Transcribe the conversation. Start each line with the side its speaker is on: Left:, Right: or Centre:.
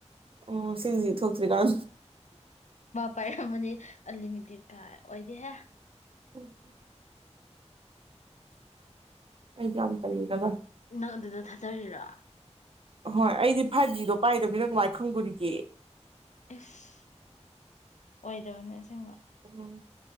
Right: ꯎꯝ ꯁꯤꯔꯤꯖꯤ ꯁꯇ꯭ꯔꯤꯀꯥꯜ
Left: ꯄꯥꯏꯔꯝꯃꯅꯤ ꯑꯂꯤꯃꯗꯤ ꯀꯥꯏ ꯑꯣꯏꯗꯤꯍꯦ
Right: ꯎꯝ ꯑꯩ ꯌꯥꯝꯝ ꯇ ꯂꯩꯒꯕ
Left: ꯅꯪ ꯑꯗꯨꯗ ꯊꯥꯖꯔꯤꯔ
Right: ꯍꯣꯏ ꯑꯩꯗꯤ ꯐꯥꯏꯚ ꯖꯤꯗꯣ ꯄꯥꯏꯗꯕꯤꯅ ꯉꯥꯏ ꯈꯪꯗꯣꯔꯤꯒꯦ
Left: ꯑꯦꯁ ꯑꯣꯏꯗꯕꯅꯦ ꯑꯁꯦꯡꯕ
Right: ꯎꯝ